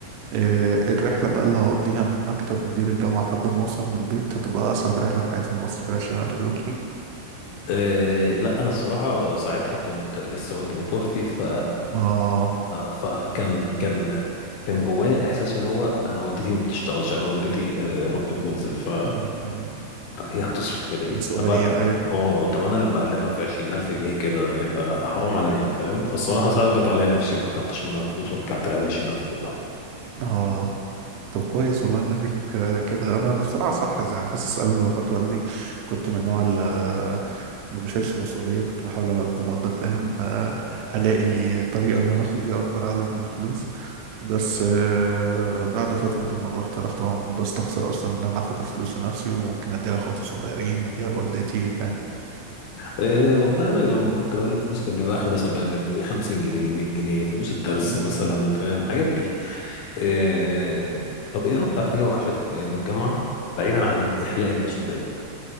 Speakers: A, on the right; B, on the left.
A: آه، الرحله بقى اللي هقضيها من مكتب مدير الجامعه لحد ما اوصل من البيت هتبقى اسعد رحله في حياتي من مصر في الشمال <laughs>
B: آه، لا أنا الصراحة ساعتها كنت لسه والدي متوفي ف
A: اه
B: فكان كان كان جوايا إحساس اللي هو أنا والدتي ما بتشتغلش أنا والدتي آه، ربة منزل ف
A: مم. مم.
B: طب هي هتصرف منين؟
A: مسؤوليه
B: طب
A: ايوه كان
B: اه طب أنا لما أقلبها في عشرين ألف جنيه كده يبقى حرام عليا فاهم؟ فالصراحة
A: مم.
B: صعبت عليا نفسي وما خدتش منها فلوس ورجعت لها العشرين ألف كلها
A: اه طب كويس والله ان فيك آه، كده انا انا بصراحه صح يعني حاسس قبل ما اخد والدي كنت من النوع اللي آه، ما بشيلش مسؤوليه كنت بحاول على قد ما اقدر فاهم آه، الاقي طريقه ان انا اخد بيها اكبر عدد من الفلوس بس آه، بعد وفاه والدي الموضوع اختلف طبعا بستخسر اصلا ان انا اخد الفلوس لنفسي وممكن اديها لاخواتي الصغيرين اديها لوالدتي
B: أه والله انا لما كنت بقلب فلوس كان بيبقى اخري مثلا بقلب 50 جنيه 100 جنيه فلوس الدرس
A: فاهم
B: مثلا فاهم حاجات دي أه طب ايه اكتر حاجه وحشتك في ايام الجامعه بعيدا عن اخلاء المسؤوليه